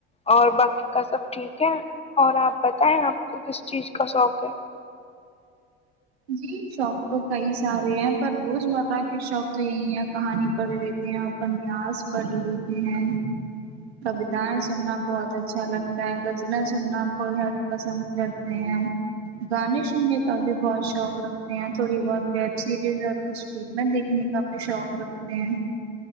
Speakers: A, on the left; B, on the right.
A: اور باقی کا سب ٹھیک ہے اور آپ بتائیں آپ کو کس چیز کا شوق ہے <unintelligible>
B: جی شوق تو کئی سارے ہیں پر روز مرہ کے شوق تو یہی ہے کہانی پڑھ لیتے ہیں اپنیاس پڑھ لیتے ہیں کویتاائیں سننا بہت اچھا لگتا ہے غزلیں سننا بہت پسند کرتے ہیں گانے سننے کا بھی بہت شوق رکھتے ہیں تھوڑی بہت ویب سیریز اور کچھ فلمیں دیکھنے کا بھی شوق رکھتے ہیں